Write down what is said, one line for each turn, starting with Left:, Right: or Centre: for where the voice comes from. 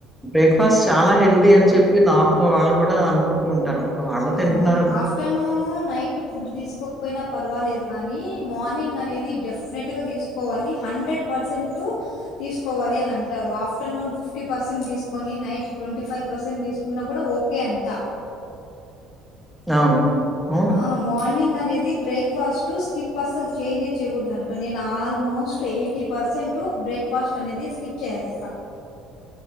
Centre: బ్రేక్ ఫస్ట్ చాలా హెల్దీ అని చెప్పి నా లో వాళ్ళు కూడా అనుకుంటూ ఉంటారు ఇప్పుడు వాళ్ళు తింటున్నారని
Left: అవును ఆఫ్టర్నూను నైట్ ఫుడ్ తీసుకోకపోయినా పర్వాలేదు కానీ మార్నింగ్ అనేది డెఫినెట్గా తీసుకోవాలి హండ్రెడ్ పర్సెంట్ తీసుకోవాలి అని అంటారు ఆఫ్టర్నూన్ ఫిఫ్టీ పర్సెంట్ తీసుకొని నైట్ క ట్వంటీ ఫైవ్ పర్సెంట్ తీసుకున్న కూడా ఓకే అంట
Centre: అవునవును అవును.
Left: ఆ మార్నింగ్ అనే ఇది బ్రేక్ఫాస్ట్ స్కిప్ అస్సలు చేయనే చేయకూడదు అంట నేను ఆల్మోస్ట్ ఎయిటీ పర్సెంట్ బ్రేక్ఫాస్ట్ కనేది స్కిప్ చేసేస్త